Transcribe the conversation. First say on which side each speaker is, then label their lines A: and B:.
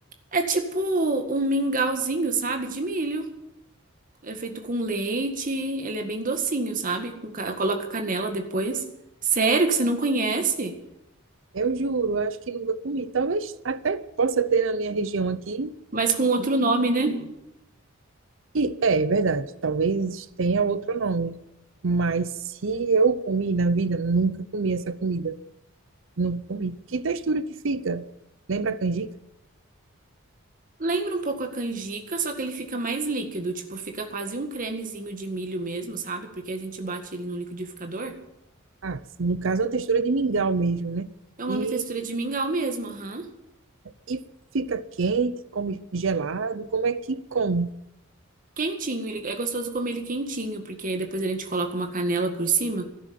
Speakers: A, on the right; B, on the right.
A: É tipo um mingauzinho, sabe? De milho. É feito com leite. Ele é bem docinho, sabe? Com ca- Coloca canela depois. Sério que você não conhece?
B: Eu juro, acho que nunca comi. Talvez até possa ter na minha região aqui.
A: mas com outro nome, né?
B: E é, é verdade, talvez tenha outro nome. Mas se eu comi na vida, nunca comi essa comida. Nunca comi. Que textura que fica? Lembra a canjica?
A: Lembra um pouco a canjica, só que ele fica mais líquido, tipo, fica quase um cremezinho de milho mesmo, sabe? Porque a gente bate ele no liquidificador.
B: Ah, sim, no caso é uma textura de mingau mesmo, né?
A: É uma
B: E,
A: textura de mingau mesmo, aham.
B: e fica quente, come gelado, como é que come?
A: Quentinho, ele, é gostoso comer ele quentinho, porque aí depois a gente coloca uma canela por cima.